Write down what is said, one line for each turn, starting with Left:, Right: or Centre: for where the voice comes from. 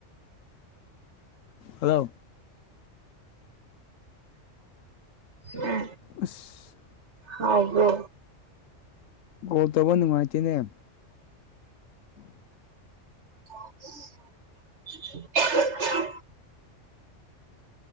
Left: ꯍꯜꯂꯣ
Right: ꯎꯝ
Left: ꯑꯁ
Right: ꯍꯕ
Left: ꯣꯜ ꯇꯧꯕ ꯅꯨꯡꯉꯥꯏꯇꯦꯅꯦꯦ ꯎꯝ
Right: <unintelligible>